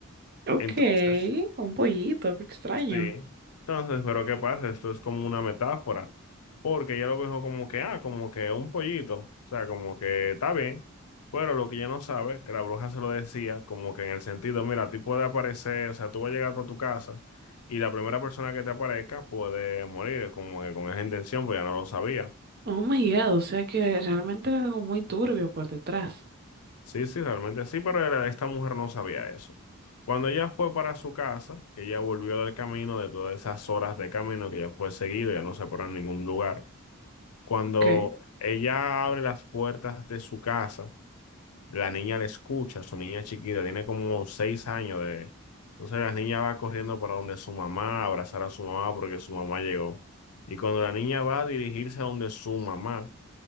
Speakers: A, on the right; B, on the left.
A: Ok,
B: Entonces,
A: un pollito, qué extraño.
B: Sí, entonces, pero ¿qué pasa? Esto es como una metáfora, porque ella lo dijo como que, ah, como que un pollito, o sea, como que está bien, pero lo que ella no sabe, que la bruja se lo decía, como que en el sentido, mira, a ti puede aparecer, o sea, tú vas a llegar por tu casa y la primera persona que te aparezca puede morir, como que con esa intención, pues ya no lo sabía.
A: Oh my God, o sea que realmente era algo muy turbio por detrás.
B: Sí, sí, realmente sí, pero era- esta mujer no sabía eso. Cuando ella fue para su casa, que ella volvió del camino, de todas esas horas de camino que ella fue seguido, ya no se paró en ningún lugar. Cuando
A: Ok.
B: ella abre las puertas de su casa, la niña le escucha, su niña chiquita, tiene como seis años de... Entonces la niña va corriendo para donde su mamá, a abrazar a su mamá porque su mamá llegó. Y cuando la niña va a dirigirse a donde su mamá,